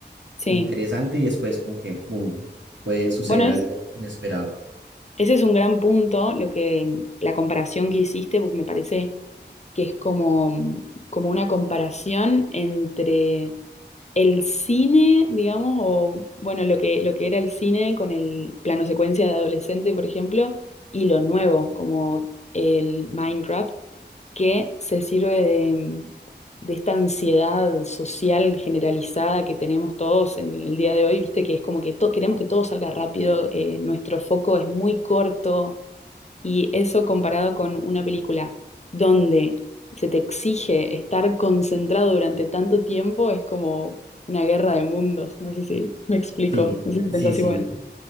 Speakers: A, on the left; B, on the right.
A: sí.
B: interesante y después como que, boom, puede suceder
A: Bueno, es,
B: algo inesperado.
A: Ese es un gran punto, lo que la comparación que hiciste, porque me parece que es como, como una comparación entre el cine, digamos, o bueno, lo que, lo que era el cine con el plano secuencia de adolescente, por ejemplo, y lo nuevo, como el Minecraft, que se sirve de, de esta ansiedad social generalizada que tenemos todos en el día de hoy, viste, que es como que to- queremos que todo salga rápido, eh, nuestro foco es muy corto y eso comparado con una película donde se te exige estar concentrado durante tanto tiempo es como una guerra de mundos. No sé si me explico,
B: Sí,
A: no sé si
B: sí,
A: pensás
B: sí,
A: igual.